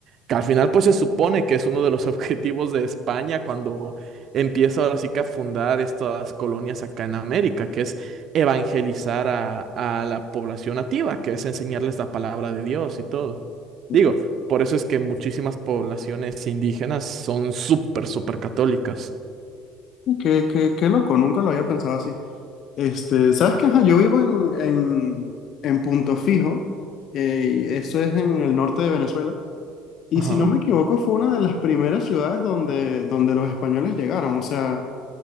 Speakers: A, on the right (about 45°); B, on the left (about 50°).
A: que al final, pues, se supone que es uno de los <laughs> objetivos de España cuando empieza ahora sí que a fundar estas colonias acá en América, que es evangelizar a, a la población nativa, que es enseñarles la palabra de Dios y todo.
B: Ok.
A: Digo, por eso es que muchísimas poblaciones indígenas son súper, súper católicas.
B: Qué, qué, qué loco, nunca lo había pensado así. Este, ¿sabes qué? Ajá, yo vivo en, en, en Punto Fijo, eh, y eso es en el norte de Venezuela, y
A: Ajá.
B: si no me equivoco fue una de las primeras ciudades donde, donde los españoles llegaron, o sea...